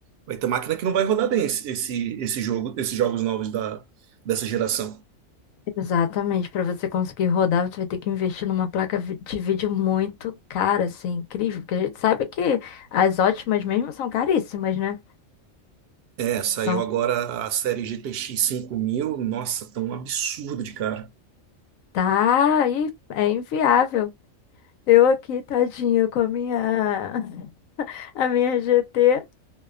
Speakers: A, on the right; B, on the left.
A: Vai ter máquina que não vai rodar bem esse, esse, esse jogo, esses jogos novos da, dessa geração.
B: Exatamente, para você conseguir rodar, você vai ter que investir numa placa vi- de vídeo muito cara, assim, incrível, porque a gente sabe que as ótimas mesmo são caríssimas, né?
A: É, saiu
B: São,
A: agora a série GTX mil Nossa, tão absurdo de cara.
B: tá, e é inviável. Eu aqui, tadinha, com a minha, <laughs> a minha GT,